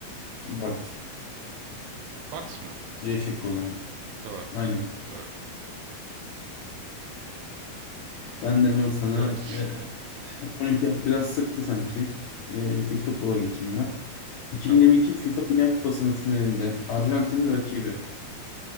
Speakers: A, on the left; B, on the right.
A: Bucks.
B: Bax mı?
A: C şıkkı o zaman.
B: Doğru.
A: Aynen.
B: Doğru.
A: Ben de hemen sana
B: 4-3.
A: e, olimpiyat biraz sıktı sanki. E, bir futbola geçeyim ben. 2022
B: Tamam.
A: FIFA Dünya Kupası'nın finalinde Arjantin'in rakibi.